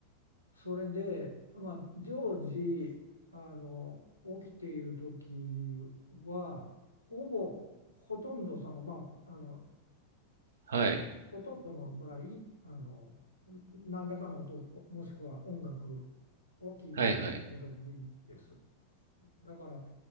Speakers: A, on the left; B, on the right.
A: それで、まあ、常時あの起きている時はほぼほとんどその、まあ、あの
B: はい。
A: ほとんどの場合、あの、何らかの音、もしくは音楽を聴いてることが多いです。
B: はいはい。
A: だから、